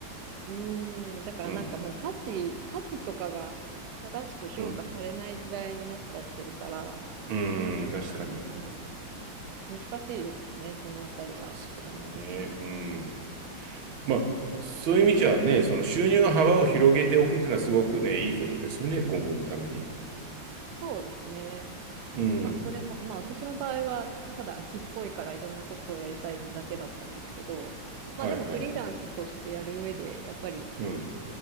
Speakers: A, on the right; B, on the right.
A: う。うーん。だからなんかもう価値、
B: <laughs> うん、
A: 価値とかが正しく評価されない時代になっちゃってるから、
B: うん、うん、確かに。
A: うん。難しいですよね、そのあたりは。
B: 確かにね。うん。まあ、そういう意味じゃね、その収入の幅を広げておくっていうのはすごくね、いいことですよね、今後のために。
A: そうですね。
B: うん。
A: まあそれも、まあ私の場合は、ただ秋っぽいからいろんなことをやりたいだけだったんですけど、まあでもフリーランスとしてやる上で、
B: はいはい。
A: やっぱり、
B: うん。